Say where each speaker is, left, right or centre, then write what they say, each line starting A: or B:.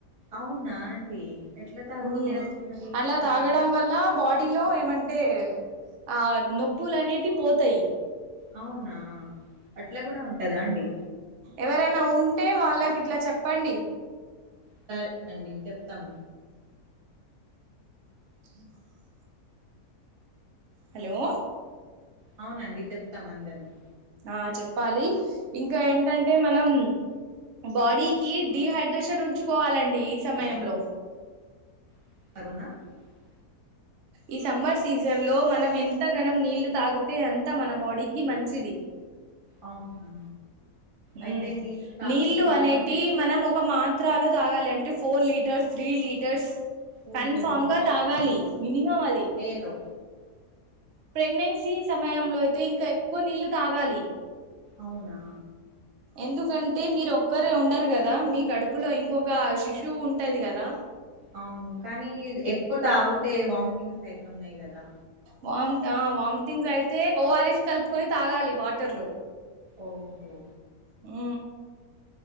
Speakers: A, on the right (about 90°); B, on the right (about 60°).
A: అవునా అండి ఎట్లా తాగబుద్ధి
B: ఉ
A: అయితది మరి
B: అలా
A: తాగుతారు
B: తాగడం వల్ల బాడీలో ఏమ అంటే ఆ నొప్పులు అనేటివి పోతయ్
A: అవునా అట్లా కూడా ఉంటదా అండి
B: ఎవరైన ఉంటే వాళ్ళకి ఇట్ల చెప్పండి
A: సరే అండి చెప్తం
B: హహ హలో
A: అవునండి చెప్తాం అందరినీ
B: ఆ చెప్పాలి ఇంక ఏంటంటే మనం బాడీకి డిహైడ్రేషన్ ఉంచుకోవాలండి ఈ సమయంలో
A: <unintelligible>
B: ఈ సమ్మర్ సీజన్ లో మనం ఎంత గనం నీళ్లు తాగితే అంత మన బాడీకి మంచిది
A: అవునా అయితే
B: ఉ
A: నీళ్లు తాగకుండానే
B: నీళ్లు అనేటి
A: ఉంటాం
B: మనం ఒక మా తాగాలి అంటే ఫోర్ లీటర్స్ త్రీ లీటర్స్
A: ఓహో
B: కన్ ఫామ్ గా తాగాలి <unintelligible> <unintelligible>
A: డేలో
B: ప్రెగ్నెన్సీ సమయంలో అయితే ఇంక ఎక్కువ నీళ్లు తాగాలి
A: అవునా
B: ఎందుకంటే మీరు ఒక్కరే ఉండరు కదా మీ కడుపులో ఇంకొక శిశువు ఉంటది కదా
A: అవును కానీ ఎక్కువ తాగితే వామిటింగ్స్ అయితన్నాయి కదా
B: వామి వామిటింగ్ అయితే ఓఆర్ఎస్ కలుపుకొని తాగాలి వాటర్ లో
A: ఓహో
B: ఊ